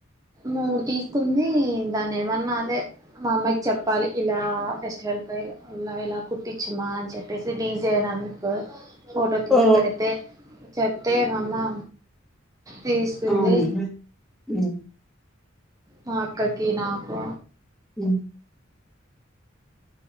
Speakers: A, on the right (about 20°); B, in the centre.
A: మూడు తీసుకుంది. దాన్ని ఏమన్నా అదే మా అమ్మాయికి చెప్పాలి. ఇలా ఫెస్టివల్ కలా ఇలా కుట్టించమా అని చెప్పేసి డీజైన్ అందుకు ఫోటో తీసి
B: ఓ
A: పెడితే చెప్తే మా అమ్మ తీస్తుంది
B: అవును ఉ
A: మా అక్కకి నాకు
B: ఉ